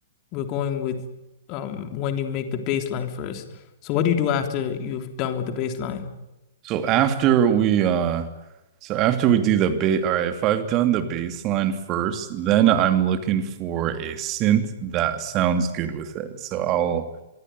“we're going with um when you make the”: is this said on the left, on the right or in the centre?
Left